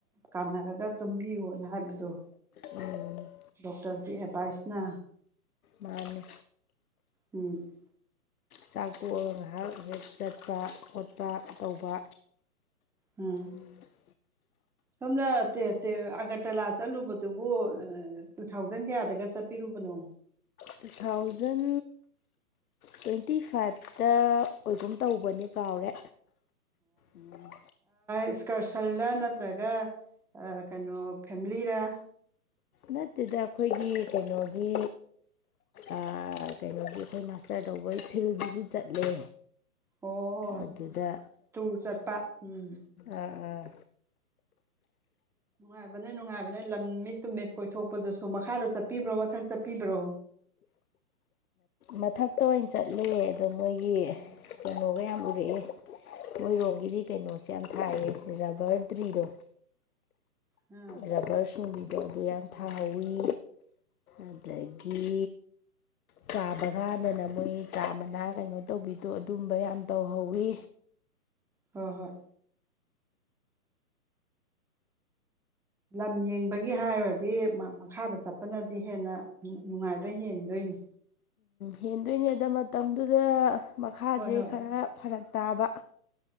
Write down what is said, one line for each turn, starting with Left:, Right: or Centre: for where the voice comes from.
Centre: ꯀꯥꯟꯅꯔꯒ ꯇꯨꯝꯕꯤꯌꯣꯅ ꯍꯥꯏꯕꯗꯨ
Left: ꯎꯝ
Centre: ꯗꯣꯛꯇꯥꯔꯒꯤ ꯑꯦꯗꯚꯥꯏꯁꯅ
Left: ꯃꯥꯅꯤ
Centre: ꯎꯝ
Left: ꯆꯥꯛ ꯇꯣꯛꯑꯒ ꯉꯥꯏꯍꯥꯛ ꯍꯦꯛ ꯆꯠꯄ ꯈꯣꯠꯄ ꯇꯧꯕ
Centre: ꯎꯝ
Left: ꯎꯝ
Centre: ꯁꯣꯝꯅ ꯇꯦ ꯇꯦ ꯑꯒꯥꯔꯇꯂꯥ ꯆꯠꯂꯨꯕꯗꯨꯕꯨ ꯇꯨ ꯊꯥꯎꯖꯟ ꯀꯌꯥꯗꯒ ꯆꯠꯄꯤꯔꯨꯕꯅꯣ
Left: ꯇꯨ ꯊꯥꯎꯖꯟ ꯇ꯭ꯋꯦꯟꯇꯤ ꯐꯥꯏꯚꯇ ꯑꯣꯏꯒꯨꯝ ꯇꯧꯕꯅꯦ ꯀꯥꯎꯔꯦ ꯎꯝ
Centre: ꯏꯁ꯭ꯀꯥꯔꯁꯜꯗ ꯅꯠꯇ꯭ꯔꯒ ꯀꯩꯅꯣ ꯐꯦꯂꯤꯔ
Left: ꯅꯠꯇꯦꯗ ꯑꯩꯈꯣꯏꯒꯤ ꯀꯩꯅꯣꯒꯤ ꯑꯥ ꯀꯩꯅꯣꯒꯤ ꯑꯩꯈꯣꯏ ꯃꯥꯁꯇꯥꯔ ꯇꯧꯕꯩ ꯐꯤꯜ ꯕꯤꯖꯤꯠ ꯆꯠꯂꯦ
Centre: ꯑꯣ
Left: ꯑꯗꯨꯗ
Centre: ꯇꯨꯔ ꯆꯠꯄ ꯎꯝ
Left: ꯑꯥ ꯑꯥ
Centre: ꯅꯨꯡꯉꯥꯏꯕꯅꯦ ꯅꯨꯡꯉꯥꯏꯕꯅꯦ ꯂꯝ ꯃꯤꯠ ꯇꯨꯃꯤꯠ ꯀꯣꯏꯊꯣꯛꯄꯗꯨꯁꯨ ꯃꯈꯥꯗ ꯆꯠꯄꯤꯕ꯭ꯔꯣ ꯃꯊꯛ ꯆꯠꯄꯤꯕ꯭ꯔꯣ
Left: ꯃꯊꯛꯇ ꯑꯣꯏꯅ ꯆꯠꯂꯦ ꯑꯗꯣ ꯃꯣꯏꯒꯤ
Centre: ꯑꯣ
Left: ꯀꯩꯅꯣꯒ ꯌꯥꯝ ꯎꯔꯛꯑꯦ ꯃꯣꯏꯔꯣꯝꯒꯤꯗꯤ ꯀꯩꯅꯣꯁꯦ ꯌꯥꯝ ꯊꯥꯏꯌꯦ ꯔꯕꯥꯔ ꯇ꯭ꯔꯤꯗꯣ
Centre: ꯑꯥ
Left: ꯔꯕꯥꯔ ꯁꯨꯝꯕꯤꯗꯣ ꯑꯗꯨ ꯌꯥꯝ ꯊꯍꯥꯎꯋꯤ ꯑꯗꯒꯤ ꯆꯥꯕ ꯀꯥꯟꯗꯅ ꯃꯣꯏꯒꯤ ꯆꯥ ꯃꯅꯥ ꯀꯩꯅꯣ ꯇꯧꯕꯤꯗꯣ ꯑꯗꯨꯝꯕ ꯌꯥꯝ ꯇꯧꯍꯧꯋꯤ
Centre: ꯍꯣꯏ ꯍꯣꯏ ꯂꯝ ꯌꯦꯡꯕꯒꯤ ꯍꯥꯏꯔꯨꯔꯗꯤ ꯃꯈꯥꯗ ꯆꯠꯄꯅꯗꯤ ꯍꯦꯟꯅ ꯅꯨꯡꯉꯥꯏꯕ ꯍꯦꯟꯗꯣꯏꯅꯤ
Left: ꯍꯦꯟꯗꯣꯏꯅꯤ ꯑꯗ ꯃꯇꯝꯗꯨꯗ ꯃꯈꯥꯁꯦ
Centre: ꯍꯣꯏ ꯍꯣꯏ
Left: ꯈꯔ ꯐꯔꯛ ꯇꯥꯕ